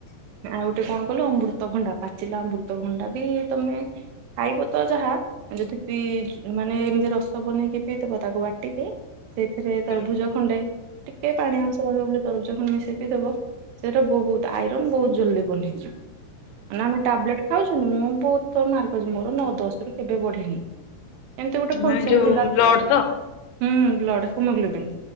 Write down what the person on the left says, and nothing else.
ହୁଁ।
ମାନେ ଯୋଉ
ବ୍ଲଡ